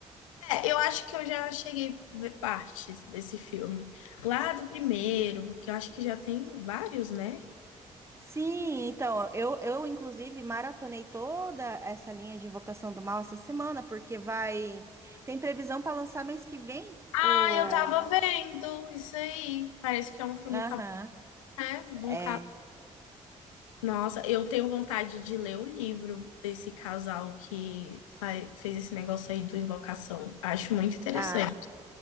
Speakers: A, on the left; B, on the right.
A: É, eu acho que eu já cheguei a ver partes desse filme. Lá do primeiro, que eu acho que já tem vários, né?
B: Sim, então, eu, eu inclusive maratonei toda essa linha de Invocação do Mal essa semana, porque vai. Tem previsão para lançar mês que vem?
A: Ah,
B: O.
A: eu tava vendo isso aí. Parece que é um filme,
B: Aham,
A: cabo- né? De um
B: é.
A: cara. Nossa, eu tenho vontade de ler o livro desse casal que fa- fez esse negócio aí do Invocação. Acho muito interessante.
B: ah,